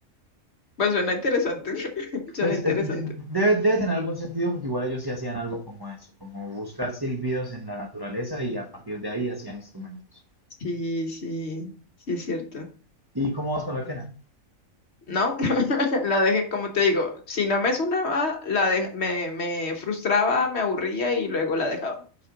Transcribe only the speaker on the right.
Pues
es- de- debe, debe tener algún sentido porque igual ellos sí hacían algo como eso, como buscar silbidos en la naturaleza y a partir de ahí hacían instrumentos.
¿Y cómo vas con la quena?